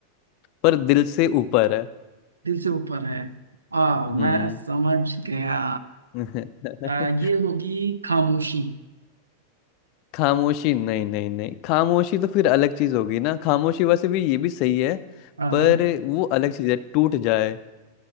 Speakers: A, on the left (about 40°); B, on the right (about 75°).
A: पर दिल से ऊपर है
B: दिल से ऊपर है आ
A: हम्म
B: मैं समझ गया
A: <laughs>
B: आ, ये होगी खामोशी
A: खामोशी नहीं नहीं नहीं खामोशी तो फिर अलग चीज होगी ना खामोशी वैसे भी ये भी सही है
B: हाँ
A: पर
B: हाँ
A: वो अलग चीज है टूट जाए